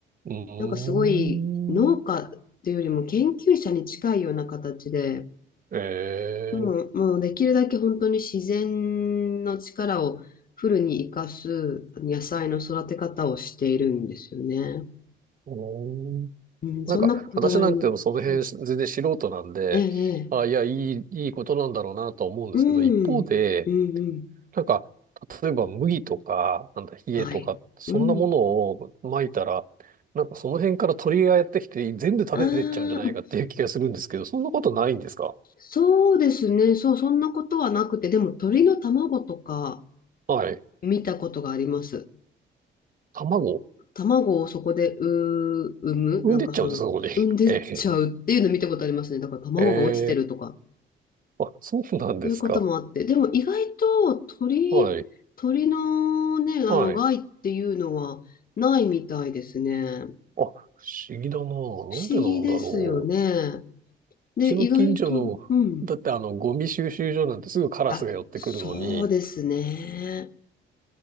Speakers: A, on the right; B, on the left.
A: うーん。
B: なんかすごい農家っていうよりも研究者に近いような形で、
A: ええ
B: もう、もうできるだけ本当に自然の力をフルに活かす野菜の育て方をしているんですよね。
A: うーん。
B: うん、
A: なんか、
B: そんなこだわりも。
A: 私なんてその辺全然素人なんで、
B: うんええ、
A: あ、
B: ええ
A: いや、いい、いいことなんだろうなとは思うんですけど、
B: うん、
A: 一方で、
B: うん、うん、
A: なんか、例えば麦とか、なんだ、冷えとか、
B: はい。
A: そんなものを撒いたら、
B: うん。
A: なんかその辺から鳥がやってきて全部食べてっちゃうんじゃないかっていう気がするんですけど、
B: ああ、
A: そんなことないんですか
B: そうですね。そう、そんなことはなくて、でも鳥の卵とか
A: はい。
B: 見たことがあります。
A: 卵
B: 卵をそこでう産む、
A: 産んでっちゃうんですか、
B: なんかその、
A: ここに。<laughs>
B: 産んでっちゃうっていうの見たことありますね。
A: ええ
B: だから卵が落ちてるとか、
A: ええあ、そうなんですか。
B: そういうこともあって。でも意外と鳥、
A: はい。
B: 鳥のね、あの害っていうのはないみたいですね。
A: はい。あ、不思議だな。なんでなんだろう。
B: 不思議ですよね。
A: う
B: で、
A: ちの近所の、
B: 意外と、うん。
A: だってあの、ゴミ収集所なんてすぐカラスが寄ってくるのに、
B: あ、そうですね。